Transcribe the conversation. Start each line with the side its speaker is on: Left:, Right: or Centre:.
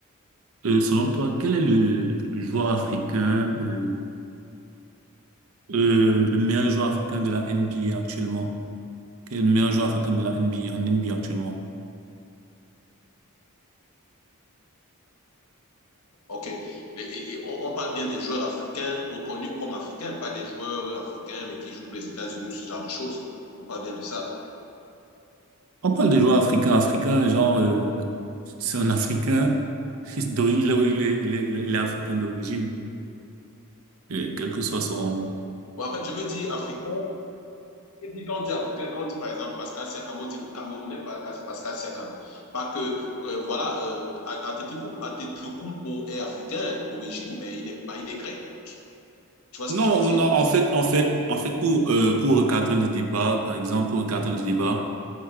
Right: euh, selon toi, quel est le, le joueur africain, euh, euh, le meilleur joueur africain de la NBA actuellement? Quel est le meilleur joueur africain de la NBA en NBA actuellement?
Left: OK. Les- et- on, on parle bien des joueurs africains reconnus comme africains, pas des joueurs africains mais qui jouent pour les États-Unis ou ce genre de choses. On parle bien de ça.
Right: On parle de joueurs africains, africains, genre, euh, c'est un Africain, <laughs> d'o- il est, il est, il est, il est africain d'origine, euh, quel que soit son...
Left: Bon, en fait, je veux dire africain. Et puis, quand on dit africain, quand on dit par exemple Pascal Siakam, on dit le Camerounais Pascal Pascal Siakam. Pas que, euh, voilà, euh, Atetokounmpo est africain d'origine, mais il n'est pas, il est grec. Tu vois ce
Right: Non,
Left: que je veux dire?
Right: non, en fait, en fait, en fait, pour, euh, pour recadrer le débat, par exemple, pour recadrer le débat,